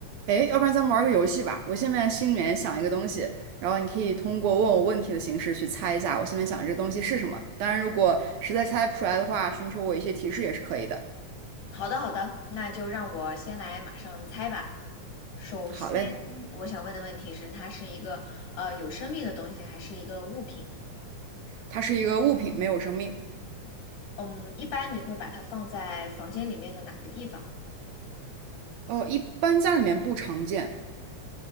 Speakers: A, on the right; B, on the left.
A: 诶，要不然咱们玩个游戏吧。我现在心里面想一个东西，然后你可以通过问我问题的形式去猜一下我心里面想的这个东西是什么。当然，如果实在猜不出来的话，寻求我一些提示也是可以的。
B: 好的，好的，那就让我先来马上猜吧。首先，
A: 好嘞，
B: 我想问的问题是，它是一个呃有生命的东西，还是一个物品？
A: 它是一个物品，没有生命。
B: 嗯，一般你会把它放在房间里面的哪个地方？
A: 哦，一般家里面不常见。